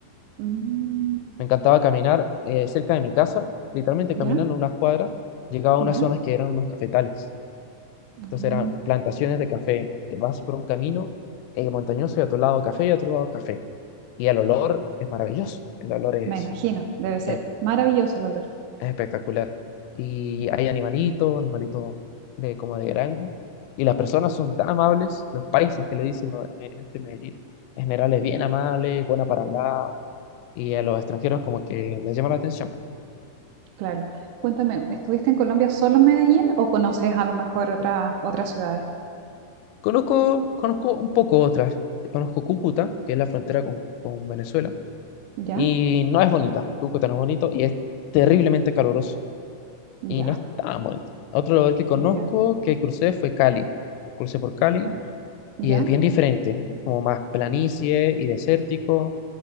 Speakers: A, on the right; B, on the left.
A: Mm,
B: Me encantaba caminar eh, cerca de mi casa, literalmente
A: ¿Ya?
B: caminando unas cuadras, llegaba a unas
A: ¿Ya?
B: zonas que eran unos cafetales
A: Mm,
B: Entonces eran plantaciones de café. Vas por un camino eh, montañoso y a tu lado café y a tu lado café. Y el olor es maravilloso. El olor es,
A: Me imagino, debe ser
B: es,
A: maravilloso el olor.
B: es espectacular. Y hay animalitos, animalitos de, como de granja. Y las personas son tan amables, los paisas que le dicen la gente de Medellín. En general es bien amable, buena para hablar. Y a los extranjeros como que les llama la atención.
A: Claro. Cuéntame, ¿estuviste en Colombia solo en Medellín o conoces a lo mejor otras otras ciudades?
B: Conozco, conozco un poco otras. Conozco Cúcuta, que es la frontera con, con Venezuela
A: ¿Ya?
B: Y no es bonita, Cúcuta no es bonito y es terriblemente caluroso
A: ¿Ya?
B: y no es tan bonito. Otro lugar que conozco
A: ¿Ya?
B: que crucé fue Cali. Crucé por Cali
A: Cali. ¿Ya?
B: y es bien diferente, es como más planicie y desértico,